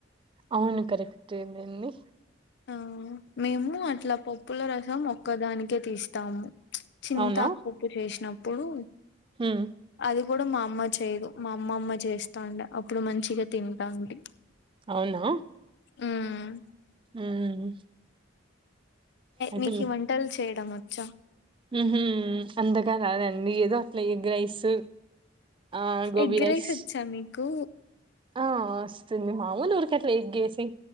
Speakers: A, on the right; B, on the left.
A: అవును కరెక్టేనండి
B: ఆ మేము అట్లా పప్పులో రసం ఒక్కదానికే తీస్తాము చింతాకు
A: అవునా
B: పప్పు చేసినప్పుడు
A: ఉమ్
B: అది కూడా మా అమ్మ చేయ్యదు మా అమ్మమ్మ చేస్తాండే అప్పుడు మంచిగా తింటంటి
A: అవునా
B: ఉమ్
A: ఉమ్ ఆచిల్ల
B: మీకు ఈ వంటలు చేయడం వచ్చా
A: ఉహు అంతగా రాదండి ఏదో అట్లా ఎగ్ రైస్ ఆ గోబీ
B: ఎగ్గరేసోచ్చా
A: రైస్
B: మీకు
A: ఆ వస్తుంది మామూలు ఊరికే అట్లా ఎగ్గేసి